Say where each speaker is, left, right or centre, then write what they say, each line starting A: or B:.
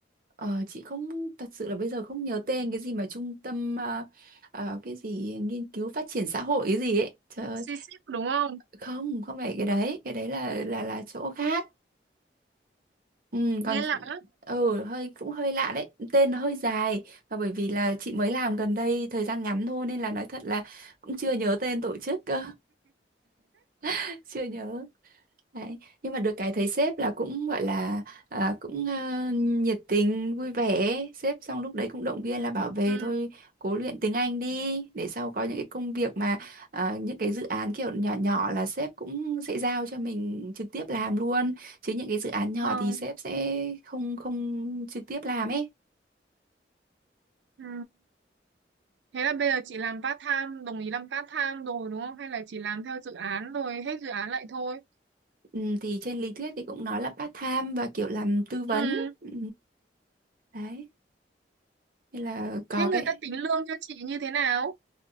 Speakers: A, on the right; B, on the right.
A: Ờ, chị không thật sự là bây giờ không nhớ tên cái gì mà trung tâm ờ, ờ, cái gì nghiên cứu phát triển xã hội cái gì ấy. Trời ơi,
B: Xí xíp đúng không?
A: không, không phải cái đấy, cái đấy là là là chỗ khác. Ừ, còn
B: Nghe lạ lắm.
A: ừ hơi cũng hơi lạ đấy tên nó hơi dài và bởi vì là chị mới làm gần đây thời gian ngắn thôi nên là nói thật là cũng chưa nhớ tên tổ chức cơ <laughs> chưa nhớ Đấy. Nhưng mà được cái thấy sếp là cũng gọi là à, cũng ờ, nhiệt tình vui vẻ sếp xong lúc đấy cũng động viên là bảo về
B: Ừ,
A: thôi cố luyện tiếng Anh đi để sau có những cái công việc mà ờ, những cái dự án kiểu nhỏ nhỏ là sếp cũng sẽ giao cho mình trực tiếp làm luôn chứ những cái dự án nhỏ
B: vâng.
A: thì sếp sẽ không không trực tiếp làm ấy
B: Ừ. Thế là bây giờ chị làm part time, đồng ý làm part time rồi đúng không? Hay là chỉ làm theo dự án rồi hết dự án lại thôi?
A: ừ, thì trên lý thuyết thì cũng nói là part time và kiểu làm tư vấn
B: Ừ.
A: ừ, đấy nên là có
B: Thế người
A: cái
B: ta tính lương cho chị như thế nào?